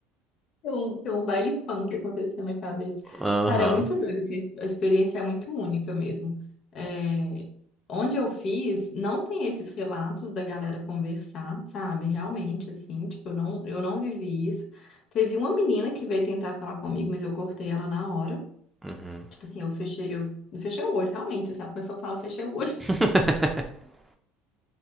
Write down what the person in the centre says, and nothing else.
Aham.
Uhum.
<laughs>